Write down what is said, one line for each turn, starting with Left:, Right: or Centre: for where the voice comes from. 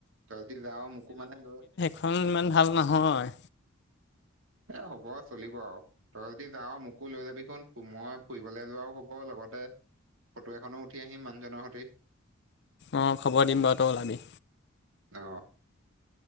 Right: তহঁতি যাৱ মোকো মানে লৈ
Left: খন ইমান ভাল নহয়।
Right: এ হ'ব‌ চলিব আৰু। তই যদি যাৱ মোকো লৈ যাবিচোন, মই ফুৰিবলে যোৱাও হ'ব লগতে ফটো এখনো উঠি আহিম মানুহজনৰ সৈতে।
Left: অ', খবৰ দিম বাৰু, তই ওলাবি।
Right: অ',